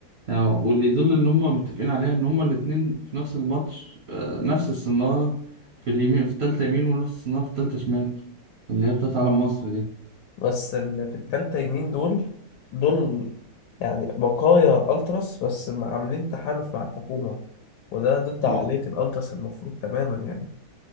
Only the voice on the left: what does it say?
<laughs> بس اللي في التالتة يمين دول دول يعني بقايا ألتراس بس م- عاملين تحالف مع الحكومة وده ضد عقلية
الألتراس المفروض تماما يعني